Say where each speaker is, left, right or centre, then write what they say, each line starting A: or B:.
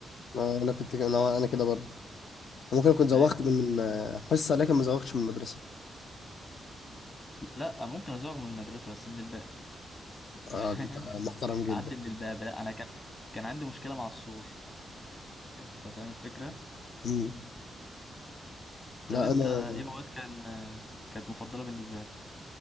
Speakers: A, on the left; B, on the left.
A: آه، انا كنت انا انا كده برضه ممكن اكون
B: أنت
A: زوغت
B: فاهم
A: من من آه، حصه لكن ما زوغتش من المدرسه
B: لا ممكن أزوغ من المدرسة بس من الباب <laughs>
A: اه
B: فاهم
A: ده انت
B: يعني
A: محترم جدا
B: أعدي من الباب لا أنا كان كان عندي مشكلة مع السور أنت فاهم الفكرة
A: مم. لا
B: طب انت
A: انا
B: ايه مواد كان آه، كانت مفضلة بالنسبة لك